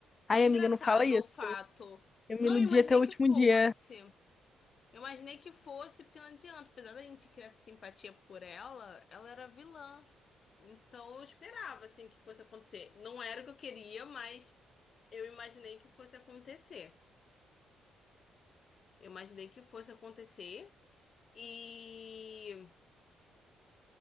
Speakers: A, on the left (about 50°); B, on the left (about 30°).
A: Foi
B: Ai, amiga,
A: engraçado
B: não fala isso.
A: o fato.
B: Eu
A: Não
B: me iludi
A: imaginei
B: até o último
A: que fosse.
B: dia.
A: Eu imaginei que fosse, porque não adianta. Apesar da gente criar essa simpatia por ela, ela era vilã. Então eu esperava, assim, que fosse acontecer. Não era o que eu queria, mas eu imaginei que fosse acontecer. Eu imaginei que fosse acontecer. E.